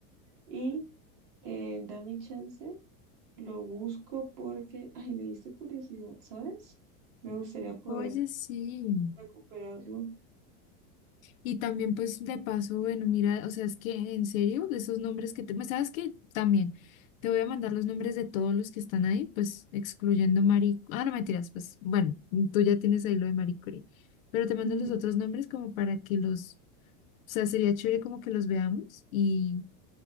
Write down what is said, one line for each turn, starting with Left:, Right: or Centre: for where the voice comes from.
Right: y eh, dame chance Lo busco porque, ay, me diste curiosidad, ¿sabes? Me gustaría poder
Left: Oye, sí.
Right: recuperarlo.
Left: Y también, pues, de paso, bueno, mira, o sea, es que en serio, de esos nombres que te... ¿me ¿Sabes qué? También te voy a mandar los nombres de todos los que están ahí, pues, excluyendo Marie... Ah, no, mentiras, pues, bueno, tú ya tienes ahí lo de Marie Curie. Pero te mando
Right: Ujú.
Left: los otros nombres como para que los... O sea, sería chévere como que los veamos y,